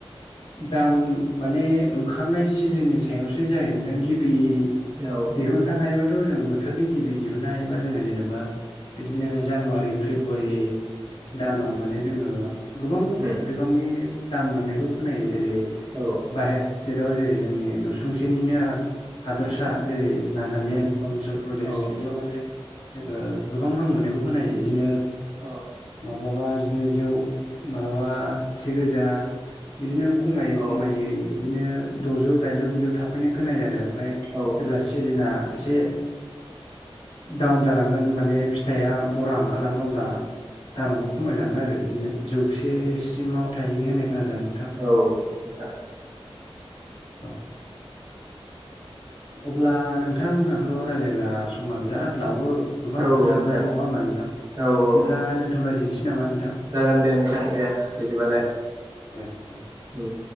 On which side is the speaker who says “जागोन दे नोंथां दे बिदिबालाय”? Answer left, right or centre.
Right